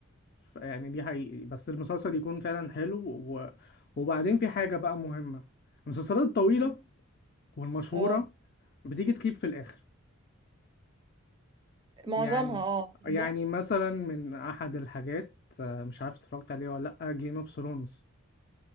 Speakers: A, on the left; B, on the right.
A: ف- يعني دي حقيقي بس المسلسل يكون فعلا حلو و... وبعدين في حاجة بقى مهمة المسلسلات الطويلة
B: مم.
A: والمشهورة
B: اه
A: بتيجي تخيب في الاخر
B: معظمها
A: يعني
B: اه تصدق
A: يعني مثلا من احد الحاجات آه، مش عارف اتفرجت عليه ولا لا جيم اوف ثرونز